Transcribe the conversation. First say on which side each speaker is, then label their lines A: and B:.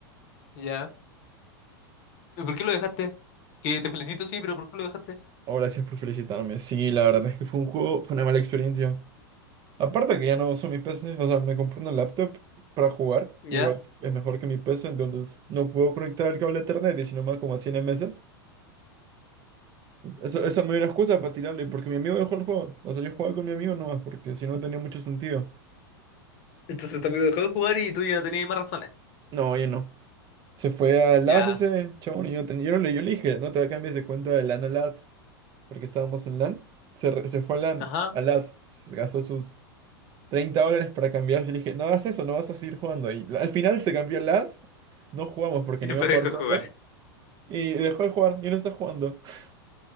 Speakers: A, on the left (about 55°); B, on the right (about 35°).
A: ¿Ya? ¿Y ¿Por qué lo dejaste? Que te felicito, sí, pero ¿por qué lo dejaste?
B: Oh, gracias por felicitarme. Sí, la verdad es que fue un juego, fue una mala experiencia. Aparte que ya no uso mi PC, o sea, me compré una laptop para jugar.
A: ¿Ya?
B: Igual es mejor que mi PC, entonces no puedo conectar el cable a Ethernet y si no me da como a 100 meses. Eso, esa me dio una excusa para tirarle, porque mi amigo dejó el juego. O sea, yo jugaba con mi amigo nomás, porque si no tenía mucho sentido.
A: Entonces tu amigo dejó de jugar y tú ya no tenías más razones.
B: No, oye, no. Se fue a LAS
A: Ya.
B: ese chabón y yo, no ten- yo no le, yo le dije, no te cambies de cuenta de LAN a LAS, porque estábamos en LAN. Se, re- se fue a LAN,
A: Ajá. <laughs>
B: a LAS, se gastó sus 30 dólares para cambiarse y le dije, no hagas eso, no vas a seguir jugando. Y la- al final se cambió a LAS, no jugamos porque
A: Y
B: no
A: después
B: iba a jugar
A: dejó
B: solo
A: de jugar.
B: y dejó de jugar y no está jugando. <laughs>